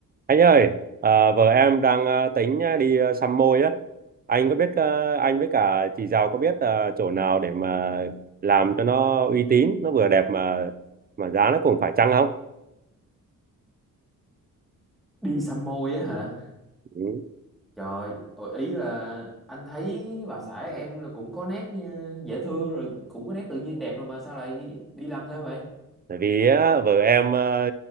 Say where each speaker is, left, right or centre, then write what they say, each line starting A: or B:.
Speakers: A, on the right; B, in the centre.
A: Anh ơi, à, vợ em đang à, tính à, đi à, xăm môi á. Anh có biết à, anh với cả chị Giàu có biết à, chỗ nào để mà làm cho nó uy tín, nó vừa đẹp mà mà giá nó cũng phải chăng không?
B: đi xăm môi á hả
A: Ừ.
B: trời ôi ý là anh thấy bà xã em là cũng có nét như dễ thương rồi cũng có nét tự nhiên đẹp rồi mà sao lại đi làm thêm vậy
A: Tại vì á, vợ em à,